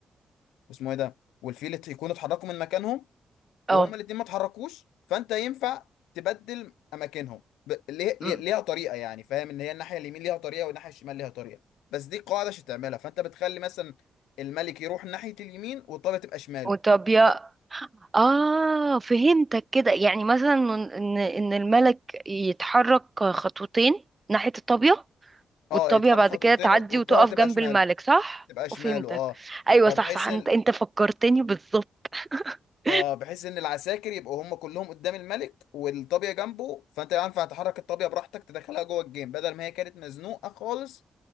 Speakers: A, on the left (about 80°); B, on the right (about 30°).
A: واسمه ايه ده والفيل ات- يكونوا اتحركوا من مكانهم وهما
B: اه
A: الاتنين ما اتحركوش فانت ينفع تبدل اماكنهم ب... ليه... ليه...
B: أم.
A: ليها طريقه يعني فاهم ان هي الناحيه اليمين ليها طريقه والناحيه الشمال ليها طريقه بس دي قاعده عشان تعملها فانت بتخلي مثلا الملك يروح ناحيه اليمين والطابيه تبقى شماله
B: وطابية
A: ب...
B: اه فهمتك كده يعني مثلا ان ان الملك يتحرك خطوتين ناحية الطابية والطابية
A: اه يتحرك
B: بعد
A: خطوتين
B: كده تعدي
A: و- والطابيه
B: وتقف
A: تبقى
B: جنب
A: شماله
B: الملك صح
A: تبقى شماله
B: وفهمتك
A: اه
B: ايوه
A: فبحيث
B: صح صح
A: ان
B: انت انت فكرتني بالظبط <laughs>
A: اه بحيث ان العساكر يبقوا هم كلهم قدام الملك والطابيه جنبه فانت ينفع تحرك الطابيه براحتك تدخلها جوه الجيم بدل ما هي كانت مزنوقه خالص